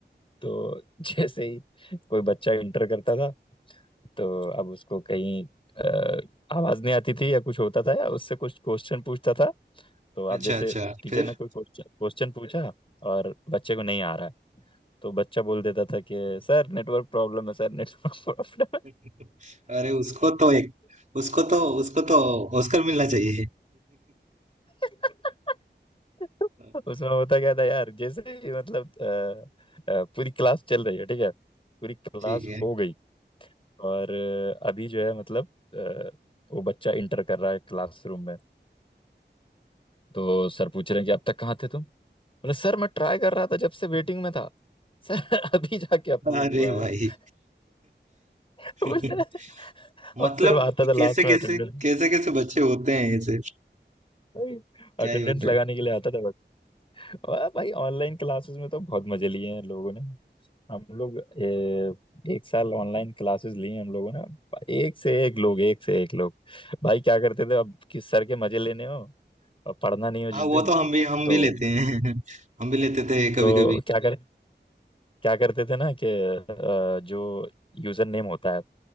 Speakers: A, on the left; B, on the right.
A: तो जैसे ही कोई बच्चा इंटर करता था तो अब उसको कहीं अ, आवाज नहीं आती थी या कुछ होता था या उससे कुछ क्वेश्चन पूछता था तो अब
B: अच्छा
A: जैसे
B: अच्छा
A: टीचर
B: फिर
A: ने कोई क्वेश्चन क्वेश्चन पूछा और बच्चे को नहीं आ रहा है तो बच्चा बोल देता था कि सर नेटवर्क प्रॉब्लम है सर नेटवर्क प्रॉब्लम है
B: <laughs> अरे उसको तो एक उसको तो उसको तो ऑस्कर मिलना चाहिए
A: <laughs> तो
B: <laughs>
A: उसमें होता क्या था यार जैसे ही मतलब अ, अ, पूरी क्लास चल रही है ठीक है पूरी क्लास
B: ठीक है
A: हो गई और अभी जो है मतलब अ, वो बच्चा इंटर कर रहा है क्लासरूम में तो सर पूछ रहे हैं कि अब तक कहाँ थे तुम बोले सर मैं ट्राई कर रहा था जब से वेटिंग में था <laughs> सर अभी जाके अप्रूव
B: अरे
A: हुआ
B: भाई
A: है <laughs>
B: <laughs>
A: बोले
B: मतलब
A: अब सिर्फ आता था
B: कैसे
A: लास्ट
B: कैसे
A: में अटेंडेंस
B: कैसे कैसे बच्चे होते हैं ऐसे
A: भाई
B: क्या
A: अटेंडेंस
B: ही होता
A: लगाने
B: है
A: के लिए आता था बस वाह भाई ऑनलाइन क्लासेस में तो बहुत मजे लिए हैं लोगों ने हम लोग ए, एक साल ऑनलाइन क्लासेस लिए हैं हम लोगों ने एक से एक लोग एक से एक लोग भाई क्या करते थे अब किस सर के मजे लेने हो और पढ़ना नहीं हो जिस
B: हाँ वो
A: दिन
B: तो हम भी हम
A: तो
B: भी लेते हैं <laughs> हम भी लेते थे कभी
A: तो
B: कभी
A: क्या कर जी क्या करते थे ना कि अ, जो यूजर नेम होता है